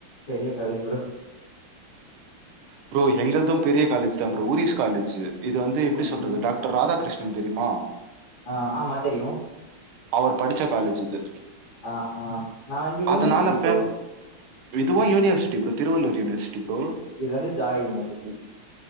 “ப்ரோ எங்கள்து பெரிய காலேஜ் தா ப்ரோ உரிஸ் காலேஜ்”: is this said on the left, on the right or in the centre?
Right